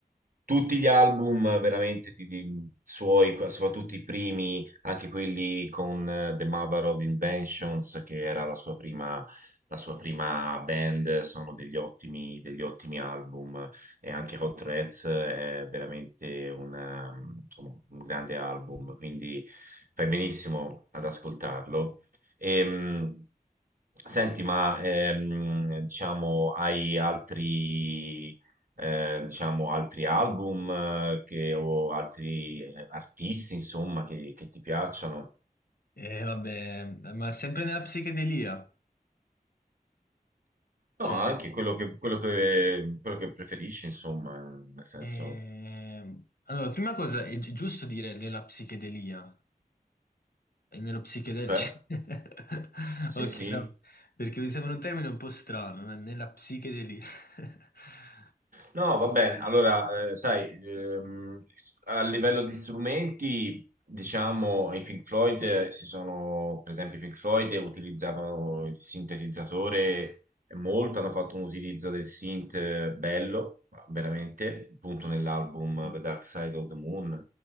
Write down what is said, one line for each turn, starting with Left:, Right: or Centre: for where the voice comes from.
Right: Tutti gli album veramente di- di- suoi, soprattutto i primi, anche quelli con eh, The Mother of Inventions, che era la sua prima, la sua prima band, sono degli ottimi, degli ottimi album. E anche Hot Rats è veramente un, ehm, insomma, un grande album, quindi fai benissimo ad ascoltarlo. Ehm, senti, ma ehm, diciamo, hai altri eh, diciamo, altri album eh, che- o altri eh, artisti, insomma, che, che ti piacciono.
Left: E vabbè, ma sempre nella psichedelia. Cioè,
Right: No, anche quello che, quello che, quello che preferisci, insomma, nel senso,
Left: eh, allora, prima cosa è gi- giusto dire nella psichedelia. E nello psichedelico?
Right: cioè,
Left: <laughs>
Right: sì,
Left: Ok,
Right: sì,
Left: no, perché mi sembra un termine un po' strano, né? nella psichedelia. <laughs>
Right: No, va bene. Allora, eh, sai, ehm, a livello di strumenti, diciamo, i Pink Floyd eh, si sono, per esempio, i Pink Floyd utilizzavano il sintetizzatore molto, hanno fatto un utilizzo del synth eh, bello, veramente, appunto nell'album
Left: Sì.
Right: The Dark Side of the Moon,